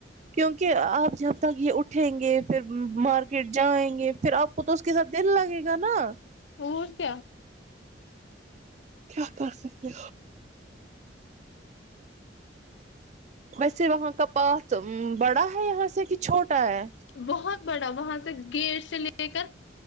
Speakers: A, on the right; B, on the left.
A: کیونکہ کہ آپ جب تک یے اٹھیں گے پھر مارکیٹ جائیں گے پھر آپ کو تو اس کے ساتھ دل لگے گا نا
B: اور کیا
A: کیا کر سکتے ویسے وہاں کا پات بڑا ہے یہاں سے کہ چھوٹا ہے
B: بہت بڑا وہاں سے گیٹ سے لے کر